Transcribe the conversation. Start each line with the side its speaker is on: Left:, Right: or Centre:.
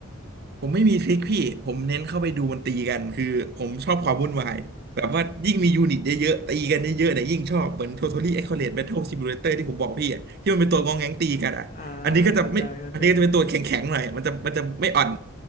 Right: ผมไม่มีทริคพี่ ผมเน้นเข้าไปดูมันตีกัน คือผมชอบความวุ่นวาย แบบว่ายิ่งมียูนิตเยอะๆตีกันเยอะๆเนี่ยยิ่งชอบเหมือน Totally Accurate Battle Simulator ที่ผมบอกพี่อะที่มันเป็นตัวงองแงงตีกันอ่ะอันนี้ก็จะไม่อันนี้ก็จะเป็นตัวแข็งๆหน่อยมันจะมันจะไม่อ่อน
Left: อ่า <laughs> เข้าใจเข้าใจ